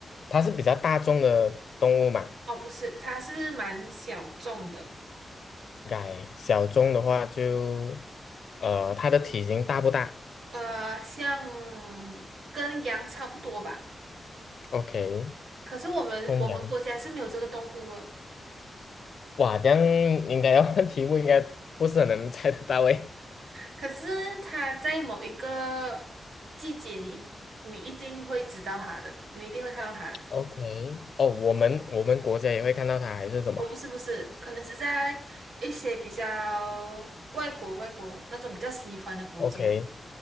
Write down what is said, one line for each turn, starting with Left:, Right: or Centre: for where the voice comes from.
Left: 它是比较大众的动物嘛，
Right: 哦，不是，它是蛮小众的，
Left: 改小众的话就，呃，它的体型大不大
Right: 呃，像跟羊差不多吧。
Left: ？OK，
Right: 可是我们我们国家是没有这个动物的。
Left: 昆羊，哇，这样应该要看 <laughs> 题目，应该不是很能猜得到诶。
Right: 可是它在某一个季节你，一你一定会知道它的，你一定会看到它的。
Left: OK，哦，我们我们国家也会看到它，还是什么
Right: 哦，不是不是，可能是在一些比较外国外国那种比较西方的国家。
Left: ？OK，